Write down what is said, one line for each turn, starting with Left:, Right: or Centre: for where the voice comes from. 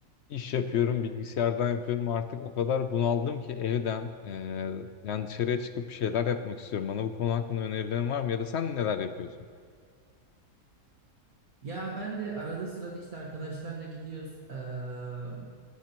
Left: İş yapıyorum, bilgisayardan yapıyorum. Artık o kadar bunaldım ki evden e, yani dışarıya çıkıp bir şeyler yapmak istiyorum. Bana bu konu hakkında önerilerin var mı? Ya da sen neler yapıyorsun?
Right: Ya ben de arada sırada işte arkadaşlarla gidiyoruz. eee,